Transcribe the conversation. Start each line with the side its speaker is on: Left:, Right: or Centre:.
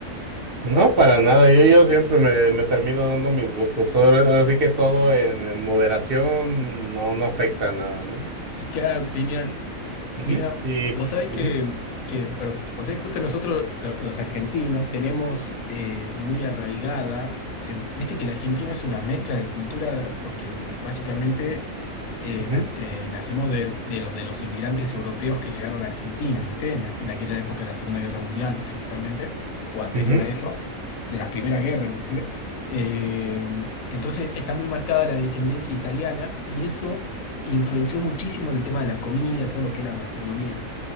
Right: No, para nada. Yo, yo siempre me, me termino dando mis gustos. Ahora- Así que todo en, en moderación no, no afecta a nada, ¿no?
Left: Y claro, genial.
Right: Ujú,
Left: Mira,
Right: y,
Left: vos sabés
Right: ujú,
Left: que, que perdón, o sea, justo nosotros lo- los argentinos tenemos eh, muy arraigada, eh, viste que el argentino es una mezcla de cultura porque básicamente eh,
Right: ujú,
Left: nac- eh, nacemos de, de los, de los inmigrantes europeos que llegaron a Argentina, viste, en, es- en aquella época de la Segunda Guerra Mundial principalmente, o anterior
Right: ujú,
Left: a eso, de la Primera Guerra inclusive. Eh, entonces está muy marcada la descendencia italiana y eso influenció muchísimo en el tema de la comida, todo lo que es la gastronomía.